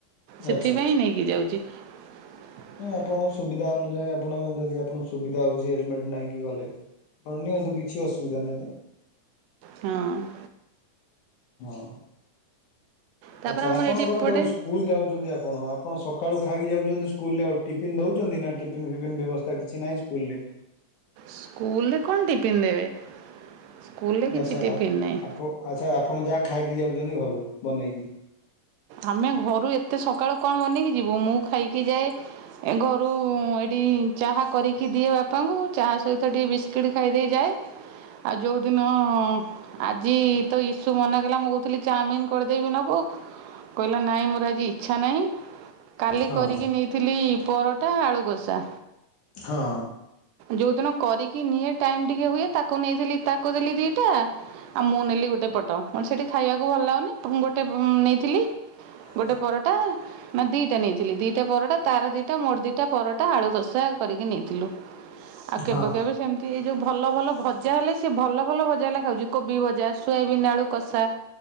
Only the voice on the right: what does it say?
ସେଥିପାଇଁ
ନେଇକି ଯାଉଛି <inaudible>
ହଁ <inaudible>
ତା'ପରେ
ଆମର
ଏଇଠି ଏପଟେ
ସ୍କୁଲରେ କଣ ଟିଫିନ୍ ଦେବେ। ସ୍କୁଲରେ କିଛି
ଟିଫିନ୍
ନାହିଁ
ଆମେ ଘରୁ ଏତେ ସକାଳୁ କଣ ବନେଇକି ଯିବୁ ମୁଁ ଖାଇକି ଯାଏ ଏ ଘରୁ ଚାହା କରିକି ଦିଏ ବାପାଙ୍କୁ ଚାହା ସହିତ ଟିକେ ବିସ୍କୁିଟ୍ ଖାଇ ଦେଇକିଯାଏ। ଆଉ ଯୋଉଦିନ ଆଜି ତ ଇସୁ ମନା କଲା ମୁଁ କହୁଥିଲି ଚାଉମିନ କରିଦେଇବି ନବୁ? <inaudible> କହିଲା ନାଇଁ ମୋର ଆଜି ଇଚ୍ଛା ନାହିଁ କାଲି
କରିକି ନେଇଥିଲି ପରଟା ଆଳୁକଷ୍ ତା।
ଯୋଉ ଦିନ କରିକି ନିଏ ଟାଇମ୍ ଟିକେ ହୁଏ ତାକୁ ନେଇ ତାକୁ ଦେଲି ଦିଟା ଆଉ ମୁଁ ନେଲି ଗୋଟେ। ଏପଟ ସେଇଠି ଖାଇବାକୁ ଭଲ ଲାଗୁନି ଗୋଟେ ନେଇଥିଲି।
ଗୋଟେ ପରଟା ନା ଦିଟା ନେଇଥିଲି ଦିଟା ପରଟା ତାର ଦିଟା ମୋର ଦିଟା ପରଟା ଆଳୁ କଷା କରିକି। ନେଇଥିଲୁ ଆଉ
କେବେ କେବେ ସେମିତି ଏଇ ଯୋଉ ଭଲ ଭଲ ଭଜା ହେଲେ ସିଏ ଭଲ ଭଲ ଭଜା ହେଲେ ଖାଉଛି କୋବି ଭଜା ସୋୟାବିନ୍ ଆଳୁ କଷା।